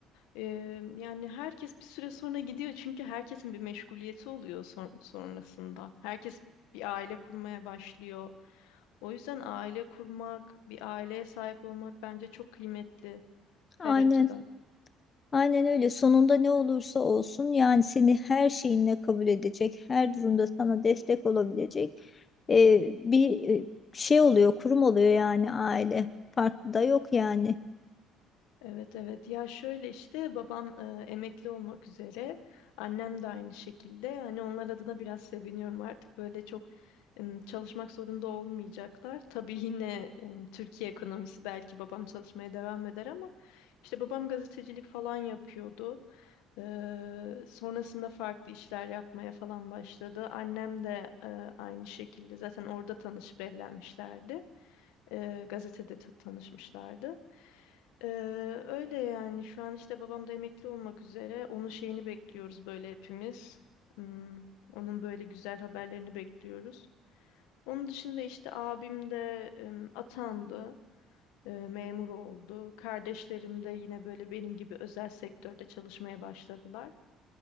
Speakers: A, on the left (about 85°); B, on the left (about 35°).
A: Ee, yani herkes bir süre sonra gidiyor çünkü herkesin bir meşguliyeti oluyor son- sonrasında. Herkes bir aile kurmaya başlıyor. O yüzden aile kurmak, bir aileye sahip olmak bence çok kıymetli her
B: aynen
A: açıdan.
B: aynen öyle sonunda ne olursa olsun yani seni her şeyinle kabul edecek her durumda sana destek olabilecek e, bir e, şey oluyor kurum oluyor yani aile farklı da yok yani
A: Evet evet ya şöyle işte babam e, emekli olmak üzere annem de aynı şekilde hani onlar adına biraz seviniyorum artık böyle çok em, çalışmak zorunda olmayacaklar. Tabii yine em, Türkiye ekonomisi belki babam çalışmaya devam eder ama işte babam gazetecilik falan yapıyordu. Eee, sonrasında farklı işler yapmaya falan başladı. Annem de eee, aynı şekilde zaten orada tanışıp evlenmişlerdi. Eee, gazetede ta- tanışmışlardı. Eee, öyle yani şu an işte babam da emekli olmak üzere onun şeyini bekliyoruz böyle hepimiz. Hmm, onun böyle güzel haberlerini bekliyoruz. Onun dışında işte abim de em, atandı e, memur oldu. Kardeşlerim de yine böyle benim gibi özel sektörde çalışmaya başladılar.